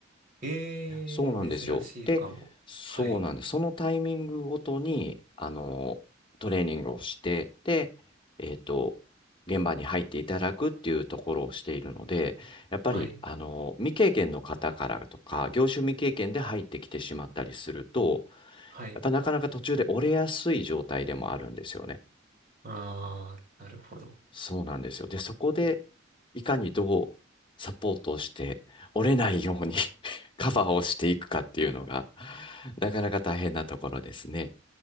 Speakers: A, on the right (about 45°); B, on the left (about 25°).
A: えー、
B: そうなんですよ。
A: 珍しいかも。
B: で、そうなんです。
A: はい。
B: そのタイミングごとに、あの、トレーニングをして、で、えっと、現場に入っていただくっていうところをしているので、やっぱり、
A: はい。
B: あの、未経験の方からとか、業種未経験で入ってきてしまったりすると、
A: はい。
B: やっぱなかなか途中で折れやすい状態でもあるんですよね。
A: あー、なるほど。
B: そうなんですよ。で、そこで、
A: うん
B: いかにどうサポートをして、折れないように <laughs> カバーをしていくかっていうのが、なかなか大変なところですね。